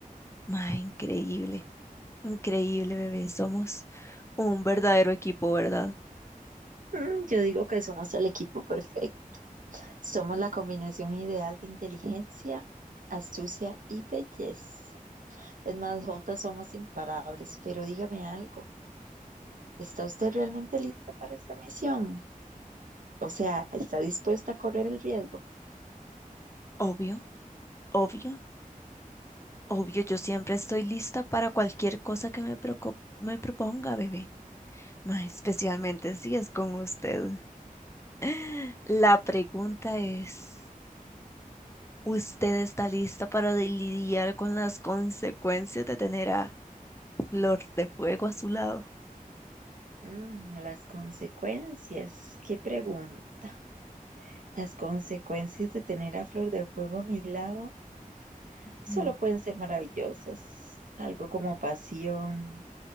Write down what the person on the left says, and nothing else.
Ma, increíble, increíble, bebé. Somos un verdadero equipo, ¿verdad?
Obvio, obvio. Obvio, yo siempre estoy lista para cualquier cosa que me, proco- me proponga, bebé. Ma, especialmente si es con usted. <gasps> <laughs> La pregunta es, ¿usted está lista para de- lidiar con las consecuencias de tener a Flor de Fuego a su lado?
Ujú.